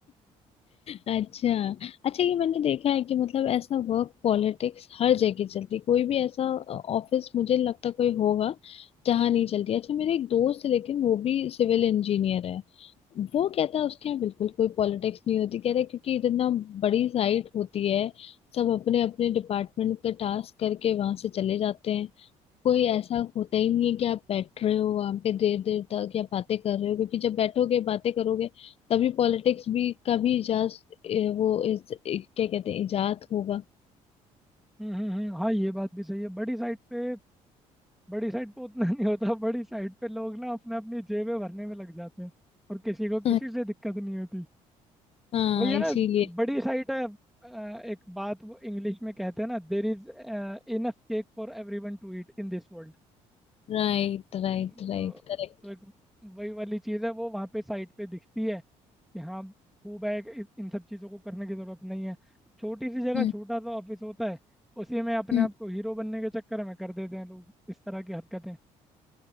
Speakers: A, on the left; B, in the centre.
A: अच्छा अच्छा ये मैंने देखा है कि मतलब ऐसा वर्क पॉलिटिक्स हर जगह चलती कोई भी ऐसा ऑफिस मुझे नहीं लगता कोई होगा जहाँ नहीं चलती अच्छा मेरे एक दोस्त है लेकिन वो भी सिविल इंजीनियर है वो कहता है उसके यहाँ बिल्कुल कोई पॉलिटिक्स नहीं होती कहता है क्योंकि इतना बड़ी साइट होती है सब अपने अपने डिपार्टमेंट का टास्क करके वहां से चले जाते हैं कोई ऐसा होता ही नहीं है कि आप बैठ रहे हो वहां पे देर देर तक या बातें कर रहे हो क्योंकि जब बैठोगे बातें करोगे तभी पॉलिटिक्स भी का भी इजाज ए, वो इस ए, क्या कहते हैं इजाद होगा
B: हम्म हम्म हम्म, हाँ ये बात भी सही है बड़ी साइट पे बड़ी साइट पे उतना नहीं होता बड़ी साइट पे लोग ना अपने अपनी जेबें भरने में लग जाते हैं और किसी को
A: हम्म
B: किसी से दिक्कत नहीं होती
A: हाँ
B: वही है
A: इसीलिए
B: ना बड़ी साइट है अ, एक बात वो इंग्लिश में कहते हैं ना there is enough cake for everyone to eat in this world
A: Right right
B: तो
A: right correct
B: तो एक वही वाली चीज़ है वो वहाँ पे साइट पे दिखती है कि हाँ खूब है इ- इन सब चीज़ों को करने की ज़रूरत नहीं है छोटी सी जगह
A: हम्म
B: छोटा सा ऑफिस होता है उसी में अपने
A: हम्म।
B: आप को हीरो बनने के चक्कर में कर देते हैं लोग इस तरह की हरकतें